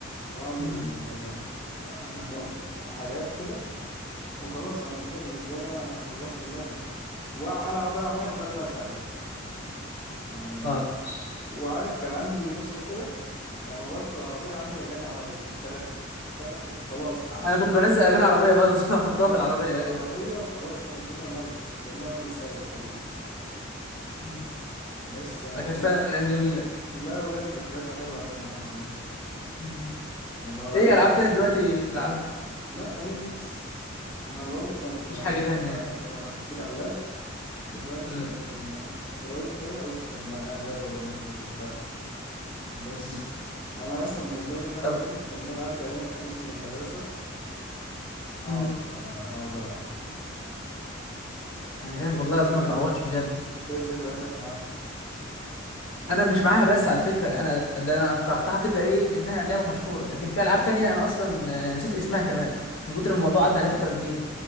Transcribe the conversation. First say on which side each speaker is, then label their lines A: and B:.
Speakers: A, on the left; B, on the left.
A: واعمل
B: امم
A: آه، <laughs> حاجات كده وخلاص انا كده بالنسبه لي انا خلصت اللعبه وانا اقعد العب بيها لغايه ما ازهق بقى يعني
B: اه
A: ما- بص وعارف كان عندي نسخه كده على ما بركب العربيه عندي اغاني عربي بتشتغل <laughs> فانا كنت خلاص
B: انا كنت بنزل اغاني عربيه برضه <laughs> واحطها
A: بركب
B: في العربيه
A: العربيه
B: ايوه
A: وخلاص انا كده ملك كأن انا اللي سايق حقيقي
B: امم
A: بس يعني
B: لا كانت
A: فلا
B: فعلا ايام جميله
A: اللعبه ديت ذكرياتها حلوه يعني معايا عامه
B: امم
A: يعني لو
B: ايه
A: ارجع
B: العاب تانية دلوقتي بتلعبها
A: لا هي دي بس انا بقول لك انا مش
B: مفيش
A: بقى
B: حاجه
A: مش بحب
B: تانية يعني
A: العب العاب كتير على اللاب دلوقتي
B: امم
A: لكن آه، قريب كده قلت طب ما اجرب انزل وبتاع بس
B: امم
A: انا اصلا بالنسبه لي اللعبه
B: طب
A: دي كان ان انا ارجع يوم الخميس من المدرسه اقعد
B: امم
A: بقى- اقعد العب
B: ايام
A: انت
B: والله
A: ايه
B: العظيم
A: ذكرياتك
B: ما تتعوضش بجد
A: انت ايه ذكرياتك معاها
B: انا مش معاها بس على فكره انا ده انا اقترحتها كده ايه لانها لعبه مشهوره لكن في العاب
A: مم.
B: تانية انا اصلا آه، نسيت اسمها كمان من كتر ما الموضوع عدى عليه فتره كبيره